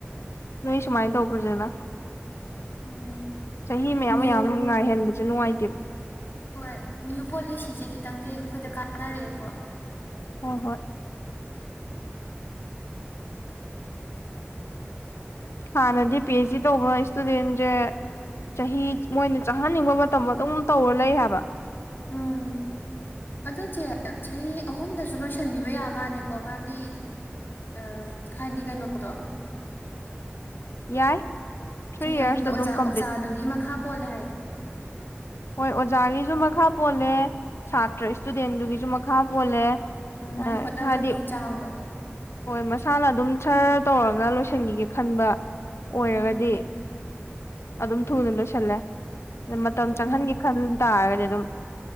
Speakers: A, on the left; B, on the left.
A: ꯅꯣꯏ ꯁꯨꯃꯥꯏꯅ ꯇꯧꯕꯁꯤꯅ
B: ꯎꯝ
A: ꯆꯍꯤ ꯃꯌꯥꯝ
B: ꯅ꯭ꯌꯨ
A: ꯃꯌꯥꯝ ꯉꯥꯏꯍꯟꯕꯖꯦ ꯅꯨꯡꯉꯥꯏꯇꯦꯕ
B: ꯍꯣꯏ ꯅ꯭ꯌꯨ ꯄꯣꯂꯤꯁꯤꯁꯦ ꯈꯤꯇꯪꯗꯤ ꯑꯩꯈꯣꯏꯗ ꯀꯥꯟꯅꯔꯛꯑꯦꯀꯣ
A: ꯍꯣꯏ ꯍꯣꯏ ꯍꯥꯟꯅꯗꯤ ꯄꯤ ꯑꯩꯁ ꯗꯤ ꯇꯧꯕ ꯏꯁꯇꯨꯗꯦꯟꯖꯦ ꯆꯍꯤ ꯃꯣꯏꯅ ꯆꯥꯍꯟꯅꯤꯡꯕ ꯃꯇꯝ ꯑꯗꯨꯝ ꯇꯧꯔ ꯂꯩ ꯍꯥꯏꯕ
B: ꯎꯝ ꯑꯗꯨ ꯆꯦ ꯆꯍꯤ ꯑꯍꯨꯝꯗꯖꯨ ꯂꯣꯏꯁꯤꯟꯕꯤꯕ ꯌꯥ ꯃꯥꯜꯂꯦꯀꯣ ꯃꯥꯒꯤ ꯑ ꯈꯥꯢꯗꯤ ꯀꯩꯅꯣꯗꯣ
A: ꯌꯥꯏ ꯊ꯭ꯔꯤ
B: ꯆꯍꯤ
A: ꯌꯔꯁꯇ
B: ꯑꯍꯨꯝꯗ ꯑꯣꯖꯥ
A: ꯑꯗꯨꯝ
B: ꯑꯣꯖꯥꯗꯨꯒꯤ
A: ꯀꯝꯄ꯭ꯂꯤꯠ
B: ꯃꯈꯥ ꯄꯣꯜꯂꯦ ꯍꯥꯏꯌꯦ
A: ꯍꯣꯏ ꯑꯣꯖꯥꯒꯤꯁꯨ ꯃꯈꯥ ꯄꯣꯜꯂꯦ ꯁꯥꯇ꯭ꯔ ꯏꯁꯇꯨꯗꯦꯟꯗꯨꯒꯤꯁꯨ ꯃꯈꯥ ꯄꯣꯜꯂꯦ
B: ꯎꯝ ꯃꯥꯏ
A: ꯍ
B: ꯍꯣꯠꯅꯕꯒꯤ
A: ꯍꯥꯏꯗꯤ
B: ꯆꯥꯡꯗꯣ
A: ꯍꯣꯏ ꯃꯁꯥꯅ ꯑꯗꯨꯝ ꯁꯔ ꯇꯧꯔꯒ ꯂꯣꯏꯁꯤꯟꯈꯤꯒꯦ ꯈꯟꯕ ꯑꯣꯏꯔꯒꯗꯤ
B: ꯎꯝ
A: ꯑꯗꯨꯝ ꯊꯨꯅ ꯂꯣꯏꯁꯜꯂꯦ ꯃꯇꯝ
B: ꯎꯝ
A: ꯆꯪꯍꯟꯒꯦ ꯈꯟ ꯇꯥꯔꯒꯗꯤ ꯑꯗꯨꯝ